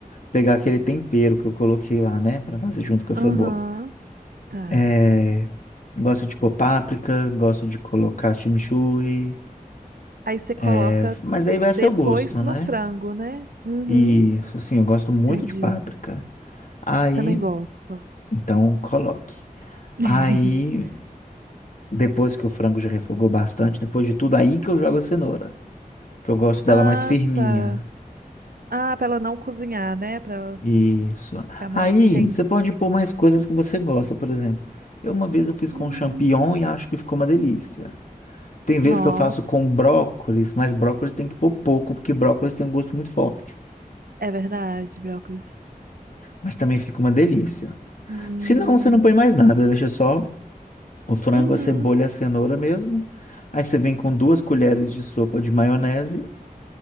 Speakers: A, on the left; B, on the right.
A: pegar aquele tempero que eu coloquei lá, né, para fazer junto com a
B: Aham,
A: cebola.
B: tá.
A: É, gosto de pôr páprica, gosto de colocar chimichurri,
B: Aí você coloca
A: é, mas aí vai a
B: depois
A: seu gosto,
B: no
A: né?
B: frango, né? Uhum.
A: E assim, eu gosto muito
B: Entendi.
A: de páprica. Aí,
B: Também gosto.
A: então, coloque.
B: <laughs>
A: Aí, depois que o frango já refogou bastante, depois de tudo, aí que eu jogo a cenoura. Que eu gosto dela
B: Ah,
A: mais firminha.
B: tá. Ah, pra ela não cozinhar, né? Pra ela
A: Isso.
B: ficar
A: Aí,
B: mais. Entendi.
A: você pode pôr mais coisas que você gosta, por exemplo. Eu uma vez eu fiz com
B: Hum,
A: champignon e acho que ficou uma delícia. Tem vezes
B: Nossa,
A: que eu faço com brócolis, mas brócolis tem que pôr pouco, porque brócolis tem um gosto muito forte.
B: é verdade, brócolis.
A: Mas também fica uma delícia.
B: Hum.
A: Se não, você não põe mais nada, deixa só O frango,
B: Uhum.
A: a cebola e a cenoura mesmo. Aí você vem com duas colheres de sopa de maionese.